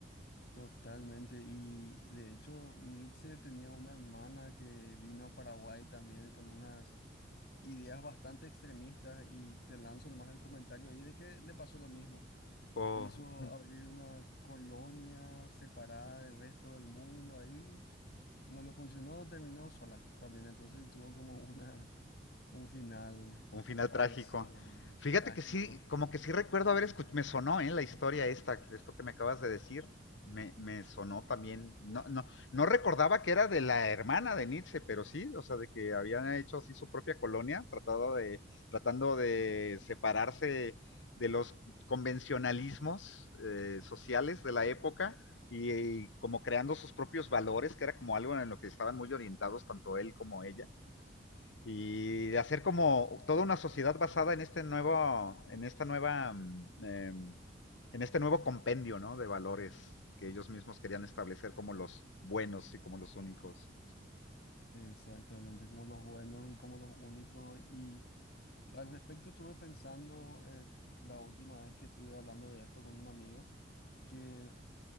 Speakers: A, on the left; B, on the left.
A: Totalmente, y de hecho Nietzsche tenía una hermana que vino a Paraguay también con unas ideas bastante extremistas y te lanzo nomás el comentario ahí de que le pasó lo mismo.
B: O
A: Quiso
B: <laughs>
A: abrir una colonia separada del resto del mundo ahí, no le funcionó, terminó sola también, entonces tuvo como una, un final
B: un final
A: parecido,
B: trágico.
A: ¿verdad?
B: Fíjate
A: Trágico,
B: que sí, como que sí recuerdo haber escuchado, me sonó ¿eh? la historia esta, esto que me acabas de decir, me, me sonó también, no, no, no recordaba que era de la hermana de Nietzsche, pero sí, o sea, de que habían hecho así su propia colonia, tratado de, tratando de separarse de los convencionalismos eh, sociales de la época y, y como creando sus propios valores, que era como algo en lo que estaban muy orientados tanto él como ella. y de hacer como toda una sociedad basada en este nuevo, en esta nueva, eh, en este nuevo compendio, ¿no? De valores que ellos mismos querían establecer como los buenos y como los únicos
A: exactamente, como los buenos y como los únicos y... Al respecto estuve pensando eh, la última vez que estuve hablando de esto con un amigo, que